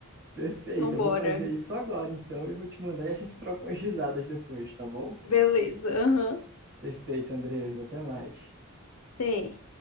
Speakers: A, on the right (about 45°); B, on the left (about 70°).
A: Perfeito,
B: Então,
A: eu
B: bora.
A: vou fazer isso agora, então, e vou te mandar e a gente troca umas risadas depois, tá bom?
B: Beleza. Aham.
A: Perfeito, Andres, até mais.
B: Até.